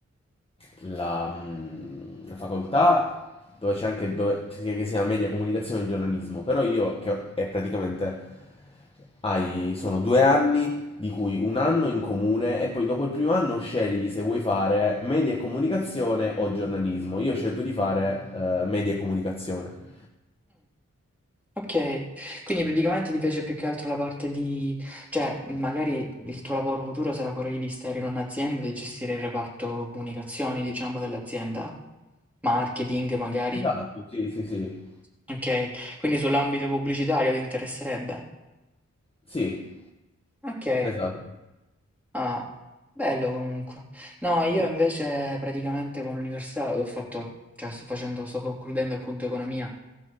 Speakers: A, on the left; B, in the centre.
A: la, mm, la facoltà dove c'è anche dove, che si chiama media comunicazione e giornalismo, però io che ho- è praticamente hai, sono due anni di cui un anno in comune e poi dopo il primo anno scegli se vuoi fare media e comunicazione o giornalismo. Io ho scelto di fare eh, media e comunicazione.
B: Okay, quindi praticamente ti piace più che altro la parte di cioè, magari il tuo lavoro futuro sarà quello di stare in un'azienda e gestire il reparto comunicazioni, diciamo, dell'azienda? Marketing magari?
A: Esatto, sì, sì, sì.
B: Okay, quindi sull'ambito pubblicitario ti interesserebbe?
A: Sì,
B: Okay,
A: esatto.
B: ah, bello comunque. No, io
A: E-
B: invece praticamente con l'università ho fatto cioè sto facendo sto concludendo appunto economia